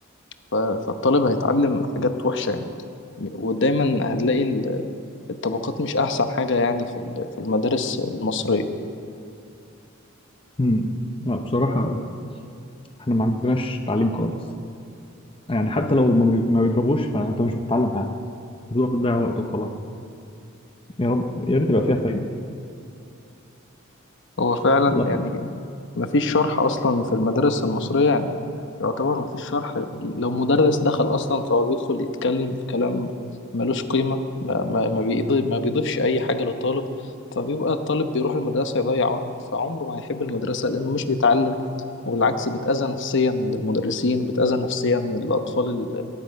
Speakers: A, on the left (about 65°); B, on the left (about 25°).
A: ف... فالطالب هيتعلم حاجات وحشة يعني ودايما هتلاقي ال- الطبقات مش احسن حاجة يعني في ال- في المدارس المصرية
B: مم. لا بصراحة احنا ما عندناش تعليم خالص يعني حتى لو ما بي- ما بيضربوش فأنت مش بتتعلم حاجة بتروح تضيع وقت وخلاص يا رب يا ريت يبقى فيها فايدة
A: هو فعلا
B: والله
A: يعني مفيش شرح أصلا في المدارس المصرية يعني يعتبر مفيش شرح لو مدرس دخل أصلا فهو بيدخل يتكلم في كلام ملوش قيمة ما, ما, ما, بيضيف ما بيضيفش أي حاجة للطالب فبيبقى الطالب بيروح المدرسة يضيع وقت فعمره ما هيحب المدرسة لأنه مش بيتعلم وبالعكس بيتأذى نفسيا من المدرسين وبيتأذى نفسيا من الأطفال